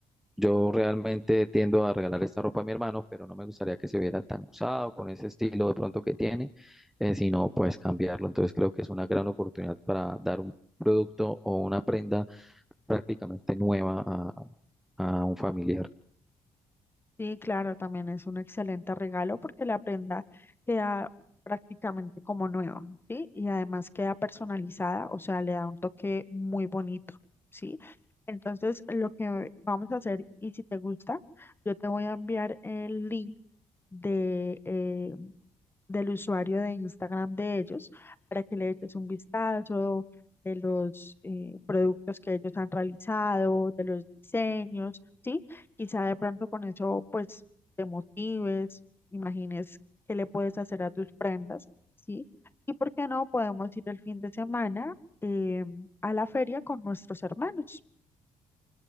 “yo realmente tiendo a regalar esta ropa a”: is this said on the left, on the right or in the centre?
Centre